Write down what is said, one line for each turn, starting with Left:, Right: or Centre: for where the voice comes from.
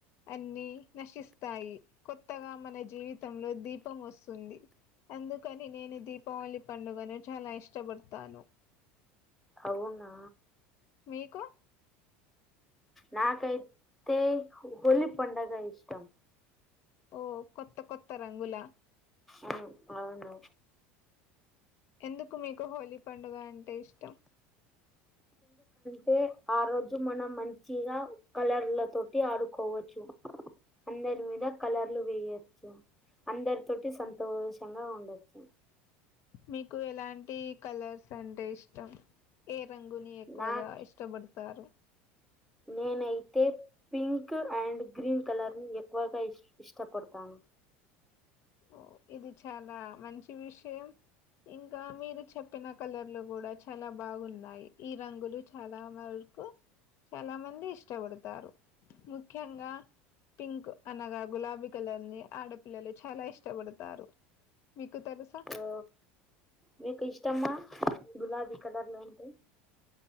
Left: అన్ని నశిస్తాయి, కొత్తగా మన జీవితంలో దీపం వస్తుంది. అందుకని నేను దీపావళి పండుగను చాలా ఇష్టపడతాను
Centre: అవునా
Left: మీకు
Centre: నాకైతే హోలి పండగ ఇష్టం
Left: ఓ కొత్త కొత్త రంగులా
Centre: అ అవును
Left: ఎందుకు మీకు హోలీ పండుగ అంటే ఇష్టం
Centre: తే ఆ రోజు మనం మంచిగా కలర్ల తోటి ఆడుకోవచ్చు అందరి మీద కలర్లు వేయచ్చు అందరి తోటి సంతోషంగా ఉండొచ్చు
Left: మీకు ఎలాంటి కలర్స్ అంటే ఇష్టం ఏ రంగుని ఎక్కువగా
Centre: నాకు
Left: ఇష్టపడతారు
Centre: నినైతే పింక్ అండ్ గ్రీన్ కలర్ ఎక్కువగా ఇస్ ఇష్టపడతాను
Left: ఓ ఇది చాలా మంచి విషయం ఇంకా మీరు చెప్పిన కలర్లు కూడా చాలా బాగున్నాయి ఈ రంగులు చాలా మ కు చాలా మంది ఇష్టపడతారు ముఖ్యంగా పింక్ అనగా గులాబీ కలర్ ని ఆడపిిల్లలు చాలా ఇష్ ష్టపడుతారు మీకు తెలుసా
Centre: ఓ మీకు ఇష్టమ గులాబీ కలర్లు అంటే